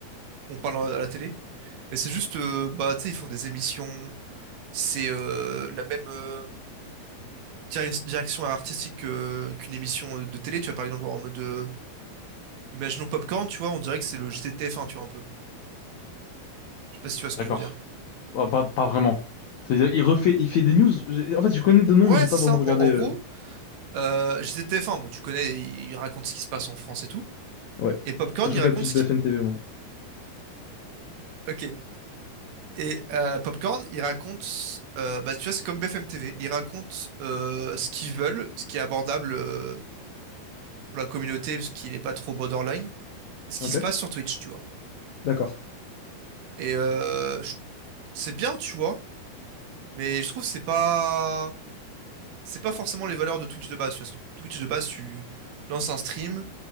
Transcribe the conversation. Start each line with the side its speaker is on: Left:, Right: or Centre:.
Right: qu'on parle à la télé. Mais c'est juste, euh, bah, tu sais, ils font des émissions. C'est euh, la même euh, direc- direction artistique que- qu'une émission euh, de télé. Tu vois, par exemple, en mode, euh, imaginons Popcorn, tu vois, on dirait que c'est le GTTF1, tu vois, un peu. Je sais pas si tu vois ce que
Left: d'accord.
Right: je veux dire.
Left: Ah, pas, pas vraiment. C'est-à-dire, il refait, il fait des news. J'ai- En fait, je connais de nom,
Right: Ouais,
Left: mais j'ai pas
Right: c'est
Left: vraiment
Right: ça.
Left: regardé.
Right: En, en
Left: euh,
Right: gros, euh, GTTF1, bon, tu connais, il raconte ce qui se passe en France et tout.
Left: Ouais.
Right: Et Popcorn,
Left: Je
Right: il
Left: regarde
Right: raconte
Left: plus
Right: ce
Left: BFM
Right: qui.
Left: TV, moi.
Right: Ok. Et euh, Popcorn, il raconte, euh, bah, tu vois, c'est comme BFM TV. Ils racontent euh, ce qu'ils veulent, ce qui est abordable. euh, pour la communauté parce qu'il n'est pas trop borderline. Ce
Left: Ok,
Right: qui se passe sur Twitch, tu vois.
Left: d'accord.
Right: Et euh, je- c'est bien, tu vois, mais je trouve que c'est pas c'est pas forcément les valeurs de Twitch de base. Parce que Twitch de base, tu lances un stream,